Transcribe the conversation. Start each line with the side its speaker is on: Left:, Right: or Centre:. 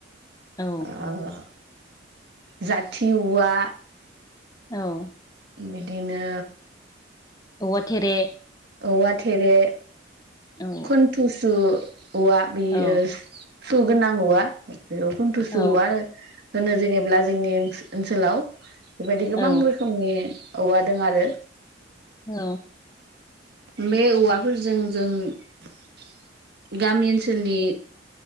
Left: औ
Right: ओ जाथि औवा
Left: औ।
Right: बिदिनो
Left: औवा थेरे
Right: औवा थेरे
Left: औ
Right: खुनथुसु औवा बेयो
Left: औ
Right: सु गोनां औवा बेयाव खन्थुसु
Left: औ
Right: उवा होनो जेनेबा जोंनि ओनसो-ओनसोलाव बेबायदि गोबां
Left: औ
Right: रोखोमनि औव दों आरो।
Left: औ
Right: बे औवाफोरजों जों गामि ओनसोलनि